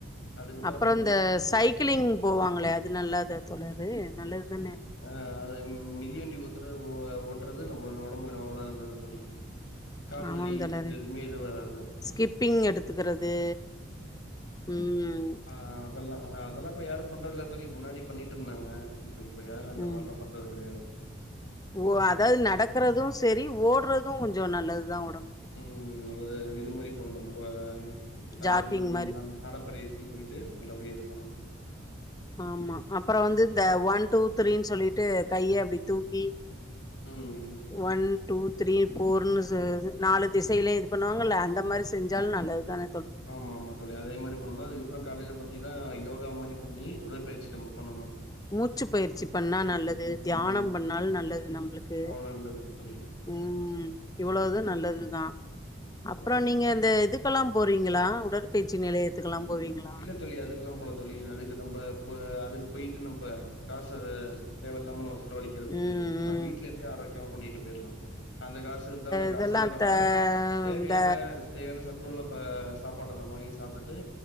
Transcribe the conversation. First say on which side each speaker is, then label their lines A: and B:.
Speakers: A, on the left; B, on the left.
A: அதுக்கப்புறோ
B: அப்பறோ இந்த சைக்கிளிங் போவாங்களே அது நல்லாத தோழரே நல்லதுதானே
A: அ அத மிதிவண்டி ஓட்டற ஓட்டுறது நம்ம ஒடம்புக்கு அவ்ளோவு நல்லது தோழி கால்வலி
B: ஆமா தோழரே
A: இந்த எதுமே எது வராது
B: ஸ்கிப்பிங் எடுத்துக்குறது உம்
A: ஆஹ் அதெல்ல அ‌அதெல்லா இப்ப யாரு பண்றதுல்ல தோழி முன்னாடி பண்ணிட்டு இருந்தாங்க இப்ப இப்ப யாரு அந்த
B: ம்
A: மாரிலா பண்றது கெடையாது
B: ஓ அதாவது நடக்கறது
A: ம்
B: செரி ஓடுறது கொஞ்சோ நல்லதுதா ஒடம்புக்கு
A: உம் எ இது மாதிரி பண்ணணு நம்ம <unintelligible>
B: ஜாக்கிங் மாரி
A: கிங் போயிட்டு நல்லபடியா இது பண்ணணு
B: ஆமா அப்புறோ வந்து இந்த ஒன் டூ த்ரீன்னு சொல்லிட்டு கையே அப்டி தூக்கி
A: உம்
B: ஒன் டூ த்ரீ ஃபோர் சொ நாலு திசையிலு இது பண்ணுவாங்கல்ல அந்த மாரி செஞ்சாலு நல்லது தான
A: ஆமா ஆமா தோழி அதே மாரி பண்ணனும்னா அதுக்கப்புறோ காலையில பாத்தீங்ன்னா யோகா மாரி பண்ணி உடற்பயிற்சி நம்ம பண்ணணு
B: மூச்சு பயிற்சி பண்ணா நல்லது தியானம்
A: ம்
B: பண்ணாலும் நல்லது நம்மளுக்கு
A: அவ்ளோ நல்லது தோழி
B: உம் இவ்ளோது
A: ம்
B: நல்லதுதா அப்புறோ
A: அதா அதா
B: நீங்க இந்த இதுக்கு ஜிம்முக்கெல்லாம் போறீங்களா உடற்பயச்சி நிலையத்துக்கெல்லாம் போவீங்களா?
A: இல்ல தோழி அதுக்கெல்லாம் போகல தோழி அதுக்கு நம்ம இப்ப அதுக்கு போயிட்டு நம்ப காசு தேவை இல்லாம செலவழிக்கிறதுக்கு
B: ம்,
A: நம்ம
B: ம்.
A: ஆரம்பிவீட்டுல இருந்தே பண்ணிட்டு போயிடலாம் அந்த காசு இருந்தா அந்த
B: இதெல்லாம்
A: காசுல்ல நம்ப
B: த
A: தேவையான
B: இந்த
A: தேவையான ச துள்ளப்ப சாப்பாடு வாங்கி சாப்பிட்டுட்டு இது